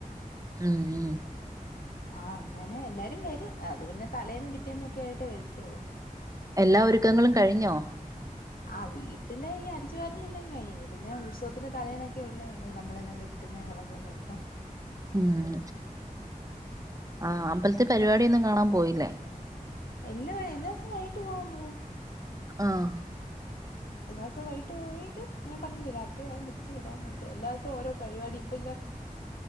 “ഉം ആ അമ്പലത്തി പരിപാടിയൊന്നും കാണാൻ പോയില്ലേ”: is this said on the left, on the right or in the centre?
Right